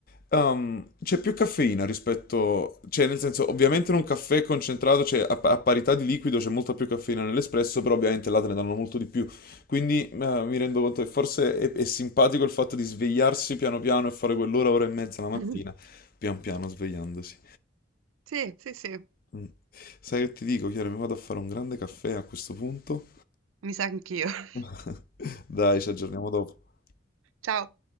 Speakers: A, on the left; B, on the right.
A: ehm, c'è più caffeina rispetto, cioè nel senso ovviamente in un caffè concentrato, cioè a, pa- a parità di liquido c'è molta più caffeina nell'espresso, però ovviamente là te ne danno molto di più, quindi eh, mi rendo conto che forse è, è simpatico il fatto di svegliarsi piano piano e fare quell'ora, ora e mezza la mattina,
B: <laughs>
A: pian piano svegliandosi.
B: Sì, sì, sì,
A: Mm. Sai che ti dico, Chiara, mi vado a fare un grande caffè a questo punto.
B: mi sa anch'io. <laughs>
A: <laughs> Dai, ci aggiorniamo dopo.
B: Ciao.